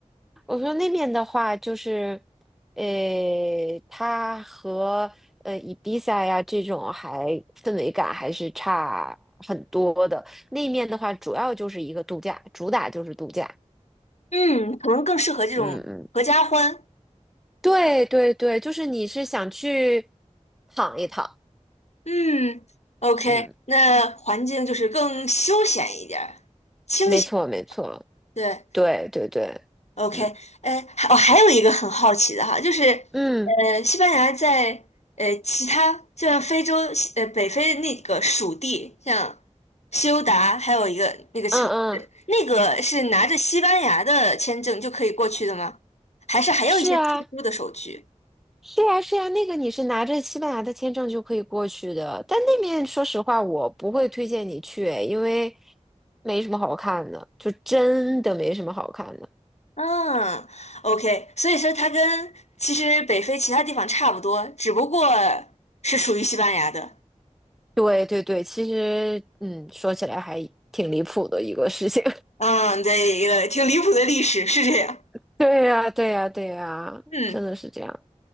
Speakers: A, in the centre; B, on the left.
A: 我说那边的话就是，呃，它和呃伊比萨呀这种还氛围感还是差很多的。那面的话，主要就是一个度假，主打就是度假。
B: 嗯，可能更适合这种合家欢，
A: 嗯嗯，对对对，就是你是想去躺一躺。
B: 嗯，OK，
A: 嗯，
B: 那环境就是更休闲一点儿清闲，
A: 没错没错，
B: 对，
A: 对对对，
B: OK，
A: 嗯
B: 呃，还我、还有一个很好奇的哈，就是
A: 嗯
B: 呃，西班牙在呃其他就像非洲呃北非那个属地，像西欧达，还有一个那个城市，
A: 嗯嗯，
B: 那个是拿着西班牙的签证就可以过去的吗？还是还有一些特殊的手续？
A: 是啊。是呀，是呀，那个你是拿着西班牙的签证就可以过去的，但那面说实话，我不会推荐你去，因为没什么好看的，就真的没什么好看的。
B: 嗯，OK，所以说它跟其实北非其他地方差不多，只不过是属于西班牙的。
A: 对对对，其实嗯，说起来还挺离谱的一个事情。
B: 嗯，对，一个挺离谱的历史是这样。
A: <laughs> 对呀，对呀，对呀，
B: 嗯。
A: 真的是这样。